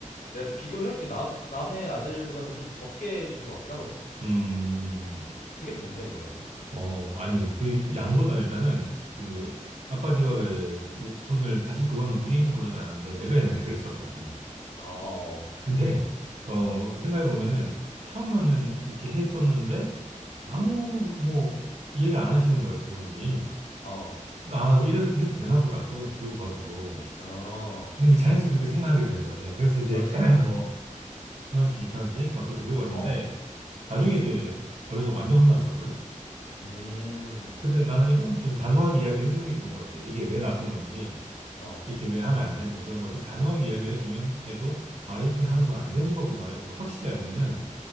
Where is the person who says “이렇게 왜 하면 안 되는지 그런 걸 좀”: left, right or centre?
Right